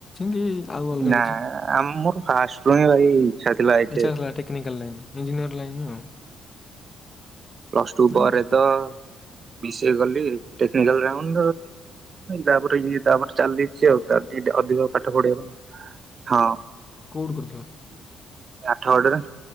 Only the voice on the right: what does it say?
ନା
ଆମ ମର ଫାଷ୍ଟଣୀ ଭାଇ <unintelligible> ଥିଲାଠ
ପ୍ଲସ ଟୁ
ପରେ
ତ ବିସିଏ <unintelligible> କଲିିକାଲ ତାପରେ ତାପରେ ଚାଲଲି ଯ ତା ଦି ଅଧିକ ପାଠ ପଢିବା। ହଁ
ଆଠ ଗଡରେ